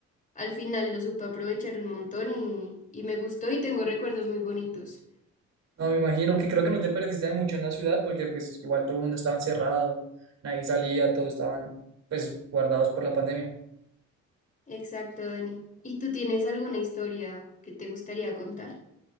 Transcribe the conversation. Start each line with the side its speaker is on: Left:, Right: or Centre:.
Left: al final lo supe aprovechar un montón y, y me gustó y tengo recuerdos muy bonitos.
Right: No, me imagino que creo que no te perdiste de mucho en la ciudad porque pues igual todo el mundo estaba encerrado, nadie salía, todos estaban pues guardados por la pandemia.
Left: Exacto, Dani. ¿Y tú tienes alguna historia que te gustaría contar?